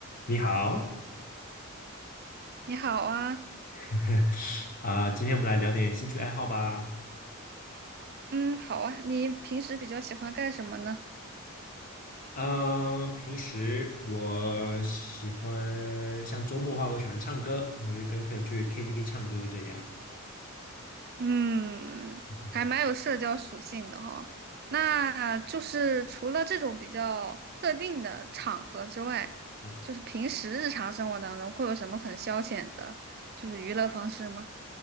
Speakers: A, on the left; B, on the right.
A: 你好，
B: 你好啊，
A: <laughs> 啊今天我们来聊点兴趣爱好吧。
B: 嗯，好啊，你平时比较喜欢干什么呢？
A: 嗯，平时我喜欢，像周末的话，我喜欢唱歌，我会跟朋友去 KTV 唱歌这样。
B: 嗯，
A: 嗯
B: 还蛮有社交属性的哈、那就是除了这种比较特定的场合之外，
A: 嗯，
B: 就是平时日常生活当中会有什么很消遣的，就是娱乐方式吗？